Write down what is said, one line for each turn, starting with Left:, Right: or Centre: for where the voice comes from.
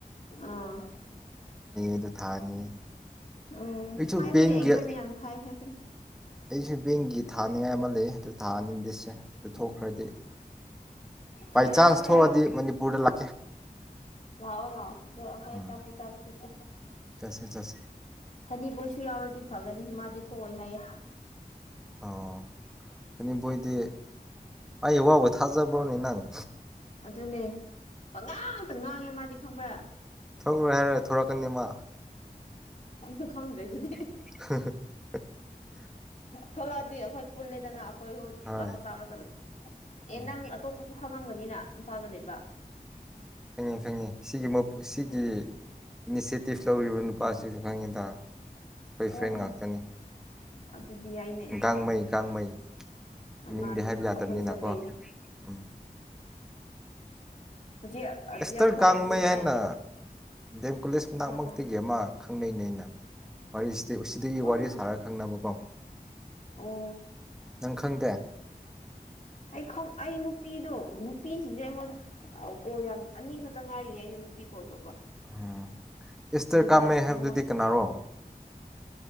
Left: ꯑꯥ
Centre: ꯑꯗꯨ ꯊꯥꯅꯤ
Left: ꯎꯝ
Centre: ꯑꯩꯁꯨ
Left: ꯍꯥꯏꯕꯅꯦ
Centre: ꯕꯦꯡꯒꯤ
Left: ꯑꯦꯛꯖꯥꯝ ꯌꯥꯝ ꯊꯥꯏ ꯍꯥꯏꯕꯅꯦ
Centre: ꯑꯩꯁꯨ ꯕꯦꯡꯒꯤ ꯊꯥꯅꯤꯡꯉꯥꯏ ꯑꯃ ꯂꯩ ꯑꯗꯨ ꯊꯥꯍꯅꯤꯡꯗꯦꯁꯦ ꯑꯗꯨ
Left: ꯎꯝ
Centre: ꯊꯣꯛꯈ꯭ꯔꯗꯤ ꯕꯥꯏ
Left: ꯊꯥꯔꯛꯑꯣ
Centre: ꯆꯥꯟꯁ
Left: ꯊꯥꯔꯛꯑꯣ
Centre: ꯊꯣꯛꯑꯗꯤ ꯃꯅꯤꯄꯨꯔꯗ ꯂ
Left: ꯂꯥꯛꯑꯣ ꯂꯥꯛꯑꯣ ꯑꯗꯣ ꯑꯩꯈꯣꯏ
Centre: ꯎꯝ
Left: ꯑ ꯆꯆꯥꯄꯣꯠ ꯆꯥꯄ ꯆꯠꯁꯦ
Centre: ꯆꯠꯁꯦ ꯆꯠꯁꯦ
Left: ꯊꯅꯤꯕꯨꯣꯏ ꯁꯨ ꯌꯥꯎꯔꯗꯤ ꯐꯒꯅꯤ ꯃꯥꯗꯤ ꯊꯣꯛꯑꯣꯏ ꯍꯥꯏꯌꯦꯦ
Centre: ꯑꯣ ꯑꯗꯨꯅꯤꯕꯣꯏꯗꯤ ꯑꯌꯨꯕꯕꯨ ꯊꯥꯖꯕ꯭ꯔꯣꯅꯦꯅꯪ
Left: ꯑꯗꯨꯅꯦ ꯄꯉꯥꯡꯇ ꯉꯥꯡꯉꯦ ꯃꯥꯗꯤ ꯈꯪꯕ꯭ꯔꯥ
Centre: ꯊꯣꯛꯣꯏ ꯍꯥꯏꯔ ꯊꯂꯛꯀꯅꯤꯃ
Left: ꯎ ꯈꯪꯗꯗꯗꯤ
Centre: <inaudible>
Left: ꯊꯂꯣ ꯑꯩꯈꯣꯏ ꯄꯨꯜꯂꯦꯗꯅ ꯑꯩꯈꯣꯏꯣꯆꯥ
Centre: ꯍꯣꯏ
Left: ꯄꯣꯠ ꯆꯥꯕ ꯆꯠꯂꯦ ꯑꯦ
Centre: ꯎꯝ
Left: ꯅꯪ ꯑꯇꯣꯞꯄꯁꯨ ꯪꯒꯅꯤꯅ ꯏꯝꯐꯥꯜꯗ ꯂꯩꯕ
Centre: ꯐꯪꯉꯦ ꯐꯪꯉꯦ ꯁꯤꯒꯤ ꯁꯤꯒꯤ
Left: ꯎꯝ
Centre: ꯏꯅꯤꯁꯤꯦꯇꯤꯞ ꯂꯧꯔꯤꯕ ꯅꯨꯄꯥꯁꯤꯁꯨ ꯈꯪꯉꯤꯗ ꯑꯩꯈꯣꯏ
Left: ꯑꯣ
Centre: ꯐ꯭ꯔꯦꯟ
Left: ꯑꯣ
Centre: ꯉꯥꯛꯇꯅꯤ
Left: ꯑꯗꯨꯗꯤ ꯑꯩꯅꯦ
Centre: ꯒꯥꯡꯃꯩ ꯒꯥꯡꯃꯩ ꯃꯤꯡꯗꯤ
Left: ꯃꯥꯅꯤ
Centre: ꯍꯥꯏꯕ ꯌꯥꯗꯕꯅꯤꯅꯀꯣ
Left: ꯑꯩꯈꯣꯏ ꯁꯥꯒꯩꯅꯦ
Centre: ꯎꯝ
Left: ꯍꯧꯖꯤꯛ ꯍꯧꯖꯤꯛ
Centre: ꯑꯦꯇꯔ
Left: ꯑꯩꯈꯣꯏ
Centre: ꯒꯥꯡꯃꯩ
Left: ꯒ꯭ꯔꯨꯞꯇ
Centre: ꯍꯥꯏꯅ ꯗꯦꯝꯀꯨꯂꯁ ꯃꯅꯥꯛꯃꯛꯇꯒꯤ
Left: ꯑꯥ
Centre: ꯑꯃ ꯈꯪꯅꯩ ꯅꯩꯅꯩꯅ ꯋꯥꯔꯤꯁꯤꯗ ꯁꯤꯗꯒꯤ
Left: ꯈꯪꯗꯦ
Centre: ꯋꯥꯔꯤ ꯁꯥꯔꯒ ꯈꯪꯅꯕꯀꯣ
Left: ꯑꯣ
Centre: ꯅꯪ ꯈꯪꯗꯦ
Left: ꯑꯩ ꯈꯪ ꯑꯩ ꯅꯨꯄꯤꯗꯣ ꯅꯨꯄꯤꯁꯤꯡꯁꯦ ꯑꯩꯉꯣꯟ ꯀꯣꯜ ꯌꯥꯝ ꯑꯅꯤꯈꯛꯇ ꯉꯥꯏꯔꯤꯌꯦ ꯑꯩꯅ ꯅꯨꯄꯤ ꯀꯣꯜ ꯇꯧꯕ
Centre: ꯎꯝ ꯏꯁꯇꯔ
Left: ꯑꯗꯨꯗ
Centre: ꯀꯥꯃꯦꯩ ꯍꯥꯏꯕꯗꯨꯗꯤ
Left: ꯃꯣꯏ
Centre: ꯀꯅꯥꯔꯣ